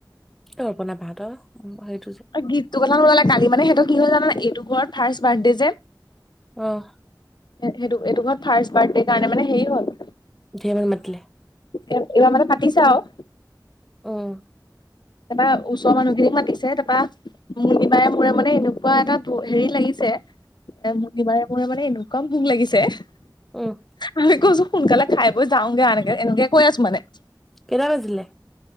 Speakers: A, in the centre; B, on the left (about 75°).
A: তৰ্পনা বা হতৰ
B: ঐ গিফ্টো কথা ক'ব নালাগে। কালি মানে সিহতৰ কি হ'ল জাননে নাই এইটো ঘৰত ফাৰ্ষ্ট বাৰ্থডে যে
A: আহ
B: সেইটো এইটো ঘৰত ফাষ্ট বাৰ্থডে কাৰণে মানে হেৰি হ'ল
A: নে মানুহ মাতিলে
B: এ এইবাৰ মানে পাতিছা আৰু
A: উম
B: তাৰপৰা ওচৰৰ মানুহখিনিক মাতিছে। তাৰপা মনিবাৰে মূৰে মানে এনেকুৱা এটা ভো হেৰি, লাগিছে এ মৰ্নিবাৰে মূৰে মানে এনেকুৱা ভোক লাগিছে। আমি
A: উম
B: কছো, সোনকালে খাই বৈ যাওগে এনেকে এনেকে কৈ আছো মানে।
A: কেইটা বাজিলে?